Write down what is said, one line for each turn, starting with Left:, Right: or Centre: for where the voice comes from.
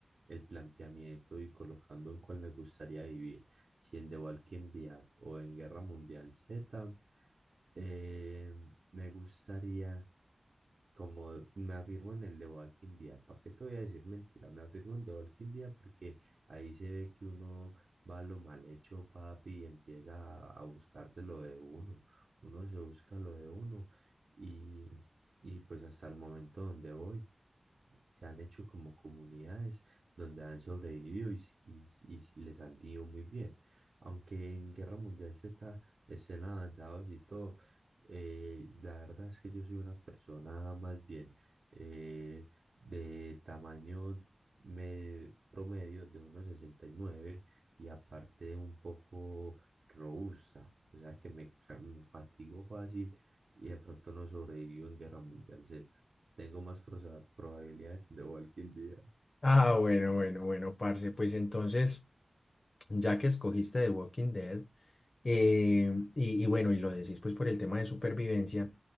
Right: el planteamiento y colocando en cuál me gustaría vivir, si en The Walking Dead o en Guerra Mundial Z, eh, me gustaría. Como me afirmo en el de Walking Dead, ¿para qué te voy a decir mentira? Me afirmo en el de Walking Dead porque ahí se ve que uno va a lo mal hecho, papi, y empieza a, a buscarse lo de uno. Uno se busca lo de uno y, y pues hasta el momento donde voy se han hecho como comunidades donde han sobrevivido y, s- y s- y s- les han ido muy bien. Aunque en Guerra Mundial Z estén avanzados y todo, eh, la verdad es que yo soy una persona más bien eh, de tamaño me- promedio de 1,69 y nueve y aparte un poco robusta, o sea que me, ca- me fatigo fácil y de pronto no sobrevivo en Guerra Mundial Z. Tengo más prosa- probabilidades de Walking Dead.
Left: Ah, bueno, bueno, bueno, parce, pues entonces. ya que escogiste The Walking Dead, eh, y, y bueno, y lo decís pues por el tema de supervivencia,